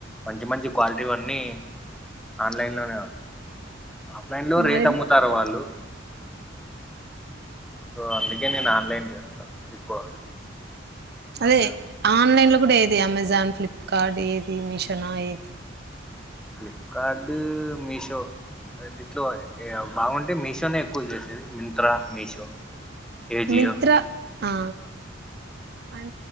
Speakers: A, in the centre; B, on the right.
A: మంచి మంచి క్వాలిటీవన్నీ ఆన్లైన్లోనె ఆఫ్లైన్ లో
B: మరి
A: రేట్ అమ్ముతారు వాళ్ళు సో అందుకె నేను ఆన్లైన్ చేస్త ఎక్కువ
B: అదే
A: అండ్
B: ఆన్లైన్ లొ ఇప్పుడేది అమెజాన్ ఫ్లిప్ కార్ట్ ఏది మీషో నా ఏది
A: ఫ్లిప్కార్డు మీషో రెండిట్లో బాగుంటే మీషోనే ఎక్కువ చూసేది మింత్రా మీషో ఏజియో
B: మిత్రా ఆ అం